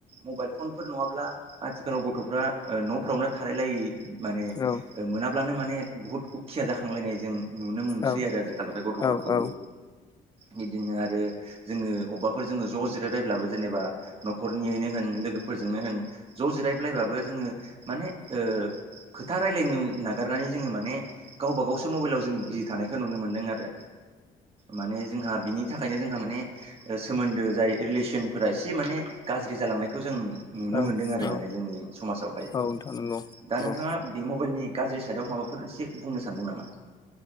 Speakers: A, on the right; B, on the left.
A: मबाइल फनफोर नङाब्ला आथिखालाव गथ'फ्रा न'फोरावनो थालायलायै माने
B: औ
A: ओ मोनाब्लानो माने बुहुत खिया जाखांलायनाय जों नुनो मोनसै
B: औ
A: आरो आजिखालावहाय गथ'फोरखौबो।
B: औ औ
A: बिदिनो आरो जोङो अबावबाफोर जोङो ज' जिर- रायलायब्लाबो जेनेबा न'खरनियैनो होन लोगोफोरजोंनो होन ज' जिरायलायबाबो जोङो माने ओ खोथा रायलायनो नागारनानै जोङो माने गावबा गावसो मबाइलाव जों बिजि थानायखौ नुनो मोन्दों आरो। माने जोंहा बिनि थाखायनो जोंहा माने सोमोन्दो जाय रिलेसनफोरा एसे माने गाज्रि जालांनायखौ जों नुनो
B: औ
A: मोनदों आरो माने
B: औ
A: जोंनि समाजावहाय।
B: औ नोंथां नंगौ
A: दा
B: नंगौ
A: नोंथाङा बे मबेइलनि गाज्रि साइदआव माबाफोर एसे बुंनो सानदों नामा?